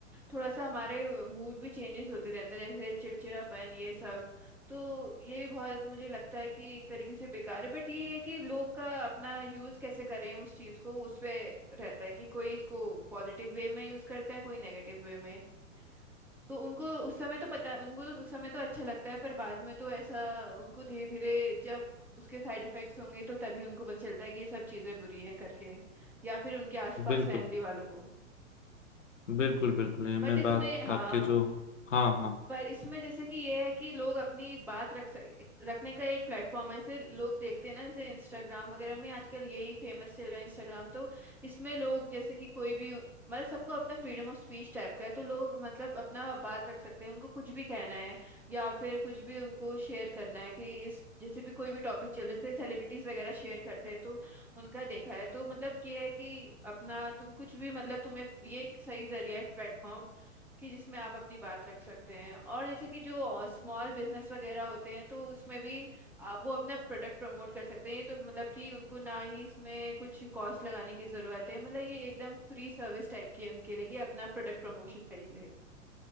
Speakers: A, in the centre; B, on the left (about 65°).
A: थोड़ा सा हमारे मूड भी चेंजेस होते रहते हैं जैसे चिड़चिड़ापन ये सब तो ये भी बहुत मुझे लगता है कि एक तरीके से बेकार है बट ये है कि लोग का अपना यूज कैसे करें उस चीज को उस पे रहता है कि कोई इसको पॉजिटिव वे में यूज करता है कोई नेगेटिव वे में तो उनको उस समय तो पता उनको तो उस समय तो अच्छा लगता है पर बाद में तो ऐसा उनको धीरे धीरे जब उसके साइड इफेक्ट्स होंगे तो तभी उनको पता चलता है कि ये सब चीजें बुरी हैं करके या फिर उनके आसपास
B: बिल्कुल
A: फैमिली वालों को
B: बिल्कुल बिल्कुल ये मैं
A: बट इसमें
B: बात
A: हाँ
B: आपके जो हाँ हाँ
A: पर इसमें जैसे कि ये है कि लोग अपनी बात रख सक रखने का एक प्लेटफॉर्म है जैसे लोग देखते हैं ना जैसे इंस्टाग्राम वगैरह में आजकल यही फेमस चल रहा है इंस्टाग्राम तो इसमें लोग जैसे कि कोई भी मतलब सबको अपना फ्रीडम ऑफ स्पीच टाइप का है तो लोग मतलब अपना बात रख सकते हैं उनको कुछ भी कहना है या फिर कुछ भी उनको शेयर करना है कि इस जैसे भी कोई भी टॉपिक चल रहे थे सेलिब्रिटीज वगैरह शेयर करते हैं तो उनका देखा है तो मतलब ये है कि अपना तुम कुछ भी मतलब तुम्हें ये एक सही जरिया है प्लेटफॉर्म कि जिसमें आप अपनी बात रख सकते हैं और जैसे कि जो स्मॉल बिजनेस वगैरह होते हैं तो उसमें भी आप वो अपना प्रोडक्ट प्रमोट कर सकते हैं ये तो मतलब कि उनको ना ही इसमें कुछ कॉस्ट लगाने की जरूरत है मतलब ये एकदम फ्री सर्विस टाइप की है उनके लिए कि अपना प्रोडक्ट प्रमोशन करिए लिए